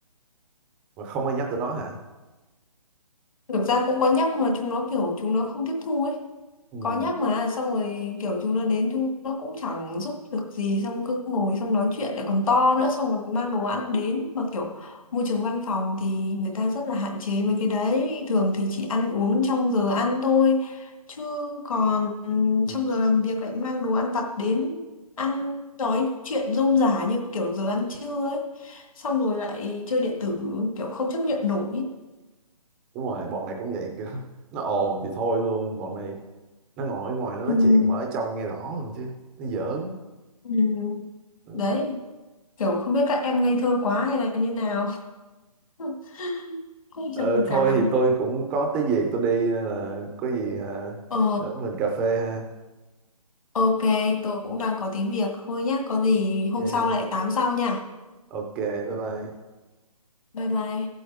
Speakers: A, in the centre; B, on the left.
A: mà không ai nhắc tụi nó hả
B: Thực ra cũng có nhắc mà chúng nó kiểu chúng nó không tiếp thu ấy.
A: ừ.
B: có nhắc mà xong rồi kiểu chúng nó đến chúng nó cũng chẳng giúp được gì xong cứ ngồi xong nói chuyện lại còn to nữa xong còn mang đồ ăn đến mà kiểu môi trường văn phòng thì người ta rất là hạn chế mấy cái đấy thường thì chỉ ăn uống trong giờ ăn thôi chứ còn ừm,
A: ừ.
B: trong giờ làm việc lại mang đồ ăn vặt đến ăn nói chuyện rôm rả như kiểu giờ ăn trưa ấy xong rồi lại chơi điện tử kiểu không chấp nhận nổi
A: đúng rồi bọn này cũng vậy kiểu nó ồn thì thôi luôn bọn này nó ngồi ở ngoài nó
B: Ừm,
A: nói chuyện mà ở trong nghe rõ luôn chứ nó giỡn
B: ừm,
A: ừ.
B: đấy kiểu không biết các em ngây thơ quá hay là như nào <laughs> cũng
A: ờ,
B: trầm
A: thôi
B: cảm
A: thì tôi cũng có tí việc tôi đi nên là có gì à,
B: ờ
A: đỡ mình cà phê ha
B: ok tôi cũng đang có tí việc thôi nhá có gì hôm
A: ok
B: sau lại tám sau nha
A: ok bye bye
B: bye bye